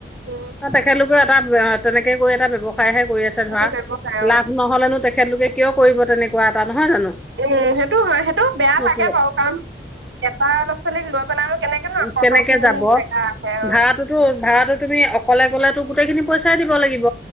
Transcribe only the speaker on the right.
উম
সেইটো
ব্যৱসায় অ
উম সেইটো হয় সেইটো বেয়া
লাগে বাৰু কাৰণ এটা <unintelligible> ন
কত
খিনি
জেগা আহে অ